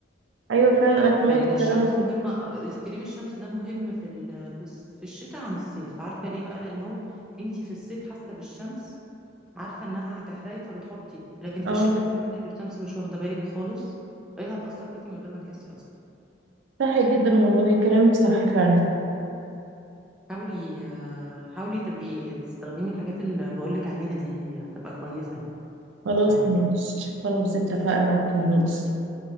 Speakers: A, on the right; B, in the centre.
A: ايوه فعلا انا سمعت
B: يعني ده
A: الكلام
B: الشمس
A: ده
B: مهمة كريم الشمس ده مهم في ال... في الص- في الشتاء عن الصيف عارفة ليه بقى لأن هو انتي في الصيف حاسة بالشمس عارفة انها هتحرقك فبتحطي لكن في
A: اه
B: الشتاء انتي ماشية في الشمس مش واخدة بالك خالص ايه هتأثر فيكي من غير ما تحسي أصلا
A: صح جدا والله كلامك صح فعلا
B: حاولي آه، حاولي تبقي تستخدمي الحاجات اللي بقولك عليها دي هتبقى كويسة يعني
A: خلاص
B: بعد
A: ماشي
B: كده
A: خلاص اتفقنا اوكي ماشي